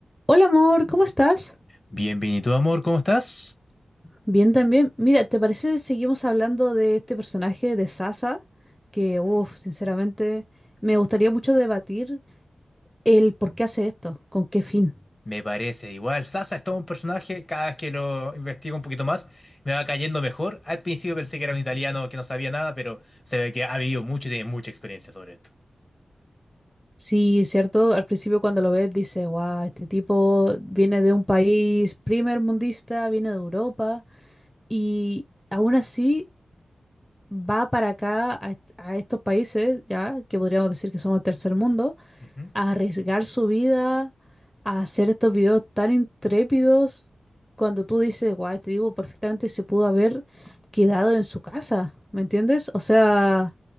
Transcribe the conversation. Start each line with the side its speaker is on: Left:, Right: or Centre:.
Centre: Hola amor, ¿cómo estás?
Left: Bien, bien, ¿y tú, amor? ¿Cómo estás?
Centre: Bien también. Mira, ¿te parece que seguimos hablando de este personaje de Sasa? Que, uff, sinceramente, me gustaría mucho debatir el por qué hace esto, con qué fin.
Left: Me parece igual. Sasa es todo un personaje. Cada vez que lo investigo un poquito más, me va cayendo mejor. Al principio pensé que era un italiano que no sabía nada, pero se ve que ha vivido mucho y tiene mucha experiencia sobre esto.
Centre: Sí, cierto, al principio cuando lo ves dice, wow, este tipo viene de un país primermundista, viene de Europa y aún así va para acá a, est- a estos países, ya, que podríamos decir que somos el tercer mundo
Left: Ujú.
Centre: a arriesgar su vida, a hacer estos videos tan intrépidos, cuando tú dices, guay, este tipo perfectamente se pudo haber quedado en su casa, ¿me entiendes? O sea,